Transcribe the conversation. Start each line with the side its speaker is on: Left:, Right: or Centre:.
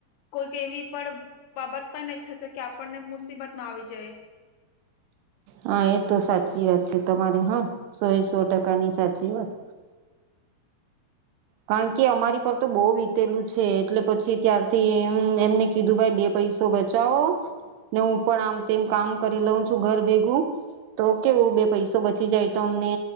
Left: કોઈક એવી પણ બાબત પણ નહી થશે કે આપણને મુસીબત માં આવી જાય
Right: હા એ તો સાચી વાત છે તમારે હા સોયેસો ટકાની સાચી વાત કારણ કે અમારી
Left: હમ
Right: પર તો બહુ વીતેલું છે એટલે પછી ત્યારથી એમ એમને કીધું કે બે પૈસો બચાવો ને હું પણ આમ તેમ કામ કરી લઉં છું ઘર ભેગું તો કેવું બે પૈસો બચી જાય તો અમને